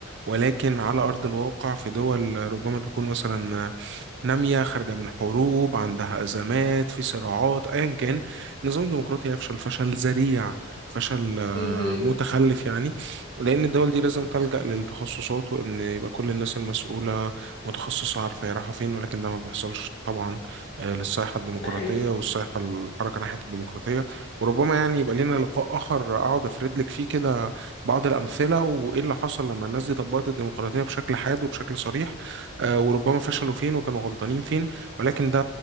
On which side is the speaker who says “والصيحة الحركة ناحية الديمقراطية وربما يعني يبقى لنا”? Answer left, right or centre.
Right